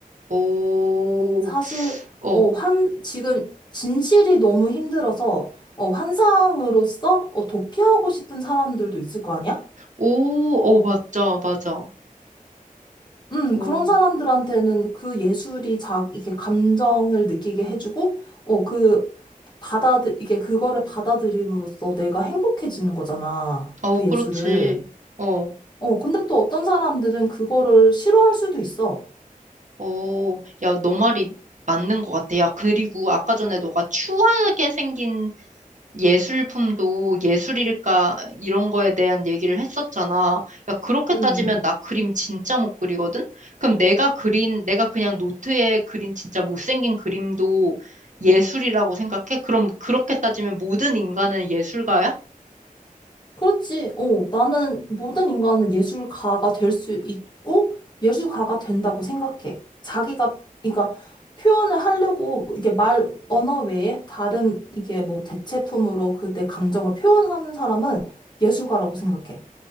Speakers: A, on the right; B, on the left.
A: 오,
B: 사실,
A: 어,
B: 어, 환, 지금 진실이 너무 힘들어서, 어, 환상으로서, 어, 도피하고 싶은 사람들도 있을 거 아니야?
A: 오, 어, 맞아, 맞아.
B: 음,
A: 오,
B: 그런 사람들한테는 그 예술이 자, 이게 감정을 느끼게 해주고, 어, 그, 받아들, 이게 그거를 받아들임으로써 내가 행복해지는 거잖아.
A: 어,
B: 그
A: 그렇지.
B: 예술을.
A: 어,
B: 어, 근데 또 어떤 사람들은 그거를 싫어할 수도 있어.
A: 오, 야, 너 말이 맞는 것 같아. 야, 그리고 아까 전에 너가 추하게 생긴 예술품도 예술일까 이런 거에 대한 얘기를 했었잖아. 야, 그렇게
B: 음,
A: 따지면
B: 음.
A: 나 그림 진짜 못 그리거든? 그럼 내가 그린, 내가 그냥 노트에 그린 진짜 못생긴 그림도 예술이라고 생각해? 그럼 그렇게 따지면 모든 인간은 예술가야?
B: 그렇지. 어, 나는 모든 인간은 예술가가 될 수 있고 예술가가 된다고 생각해. 자기가 그러니까 표현을 하려고 이게 말 언어 외에 다른 이게 뭐 대체품으로 그 내 감정을 표현하는 사람은 예술가라고 생각해.